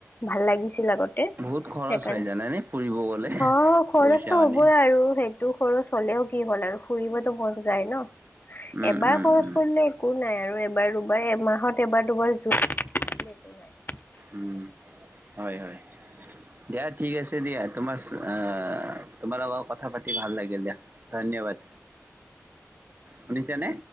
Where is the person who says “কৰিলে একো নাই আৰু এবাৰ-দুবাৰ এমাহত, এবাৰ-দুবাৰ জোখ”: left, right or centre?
Left